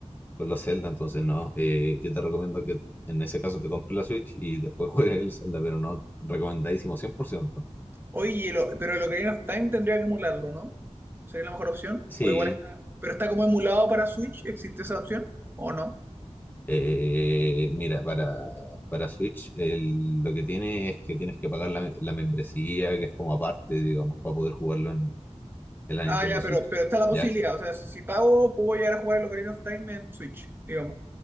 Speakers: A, on the left; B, on the right.
A: con los Zelda, entonces no, eh, yo te recomiendo que en ese caso te compres la Switch y después <laughs> juegues el Zelda, pero no, recomendadísimo cien por ciento
B: Oye, y el o- pero el Ocarina of Time tendría que emularlo, ¿no? ¿Sería la mejor opción?
A: Sí.
B: O igual está. Pero está como emulado para Switch, ¿existe esa opción? ¿O no?
A: Eh, mira, para, para Switch el- lo que tiene es que tienes que pagar la, la membresía, que es como aparte, digamos, para poder jugarlo en, en la
B: Ah,
A: Nintendo
B: ya,
A: Switch.
B: pero, pero está la posibilidad.
A: ¿Ya?
B: O sea, si pago, puedo llegar a jugar el Ocarina of Time en Switch, digamos.